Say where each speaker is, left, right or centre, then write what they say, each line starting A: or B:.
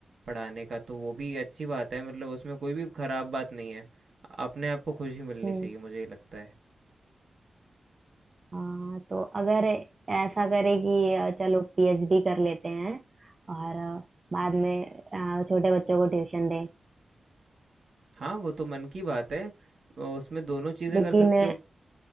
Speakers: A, on the right; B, on the right.
A: पढ़ाने का तो वो भी अच्छी बात है मतलब उसमें कोई भी खराब बात नहीं है अपने आप को खुशी मिलनी
B: हम्म
A: चाहिए मुझे ये लगता है
B: हाँ तो अगर ऐसा करे कि अ, चलो पीएचडी कर लेते हैं और अ, बाद में अ, छोटे बच्चों को ट्यूशन दें
A: हाँ वो तो मन की बात है अ, उसमें दोनों चीज़ें
B: लेकिन
A: कर सकते हो